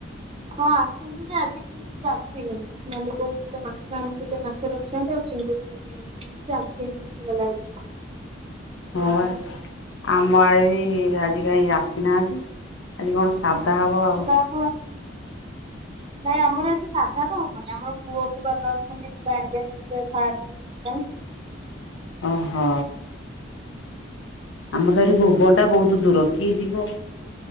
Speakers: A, on the right (about 30°); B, on the left (about 75°).
A: ହଁ ଆସୁଛନ୍ତିୁ ଯେ ଆଜିକାଲି କାଇଁ କିଛି ଆସିନି ମମି କହୁଥିଲେ ମାଛ ଆଣିଥିଲେ ମାଛ ରଖିଥାନ୍ତି ଆଉ ଚିଙ୍ଗୁଡ଼ି ଆସିନି ମାଛ ବାଲା ଆଜି।
B: ହଁ ବା ଆମ ଆଡେ ବି ଆଜି କାଇଁ ଆସ ନାହାନ୍ତି ଆଜି କଣ ସାଧା ହବ ଆଉ?
A: ଆଗ ଆସ <unintelligible> ନାଇଁ ଆମର ଆଜି ସାଧା ତ ହବନି ଆମର ପୁଅକୁ ବାବା ଅଛନ୍ତି ଯିବା ଆଣିକି ଆସିବେ ଫିଲ ଚିକେନ୍।
B: ଓହଁ। ଆମର ତ ଏ ଭୁବନ ଟା ବହୁତ ଦୂର କିଏ ଯିବ?